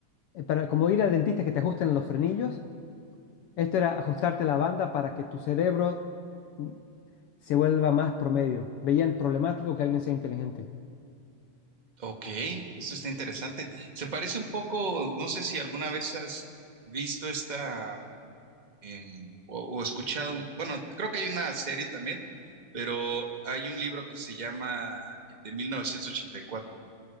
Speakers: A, on the left; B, on the right.
A: eh, para como ir al dentista que te ajusten los frenillos. Esto era ajustarte la banda para que tu cerebro mm, se vuelva más promedio. Veían problemático que alguien sea inteligente.
B: Ok, esto está interesante. Se parece un poco, no sé si alguna vez has visto esta em, o, o escuchado, bueno, creo que hay una serie también, pero hay un libro que se llama el de 1984.